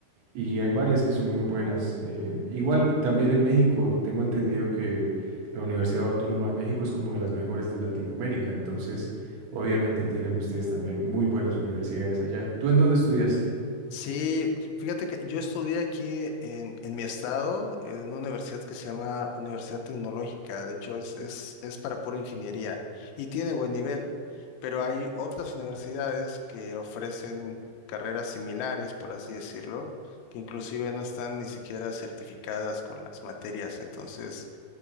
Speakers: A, on the right; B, on the left.
A: y hay varias que son muy buenas. Eh, igual también en México tengo entendido que la Universidad Autónoma de México es como de las mejores de Latinoamérica, entonces obviamente tienen ustedes también muy buenas universidades allá. ¿Tú en dónde estudiaste?
B: Sí, fíjate que yo estudié aquí en, en mi estado, en una universidad que se llama Universidad Tecnológica. De hecho, es, es, es para pura ingeniería y tiene buen nivel. Pero hay otras universidades que ofrecen carreras similares, por así decirlo, que inclusive no están ni siquiera certificadas con las materias. Entonces,